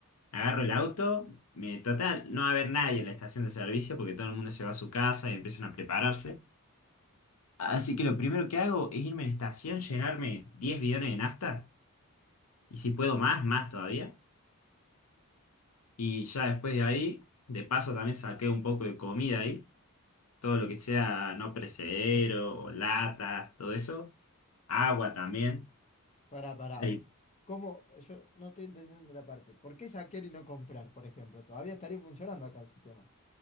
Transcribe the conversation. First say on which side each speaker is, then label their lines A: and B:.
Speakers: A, on the left (about 85°); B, on the left (about 30°).
A: Agarro el auto, me, total, no va a haber nadie en la estación de servicio porque todo el mundo se va a su casa y empiezan a prepararse. Así que lo primero que hago es irme a la estación, llenarme 10 bidones de nafta y si puedo más, más todavía. Y ya después de ahí, de paso también saqué un poco de comida ahí, todo lo que sea no perecedero o latas, todo eso. Agua también.
B: Pará, pará.
A: Sí,
B: ¿Cómo? Yo no estoy entendiendo la parte. ¿Por qué saquear y no comprar, por ejemplo? Todavía estaría funcionando acá el sistema.